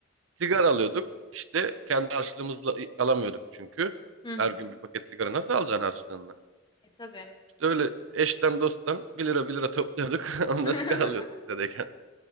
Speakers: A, on the right; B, on the left.
A: Sigara alıyorduk. İşte kendi harçlığımızla alamıyorduk çünkü.
B: <laughs> Hı hı.
A: Her gün bir paket sigara nasıl alacaksın harçlığını?
B: E tabii.
A: İşte öyle eşten dosttan 1 lira 1 lira topluyorduk. <laughs> Onunla
B: <laughs>
A: sigara alıyorduk lisedeyken.